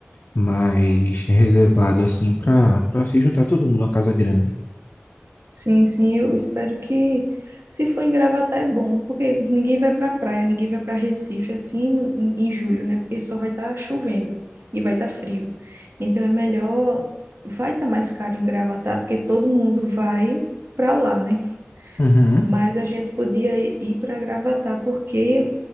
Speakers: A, on the left; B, on the right.
A: mais reservado, assim, para para se juntar todo mundo, uma casa grande.
B: Sim, sim, eu espero que se for em Gravatá é bom, porque ninguém vai para praia, ninguém vai para Recife assim em em julho, né? Porque só vai estar chovendo e vai estar frio. Então é melhor vai estar mais caro em Gravatá, porque todo mundo vai para lá, né?
A: Uhum.
B: Mas a gente podia i- ir para Gravatá porque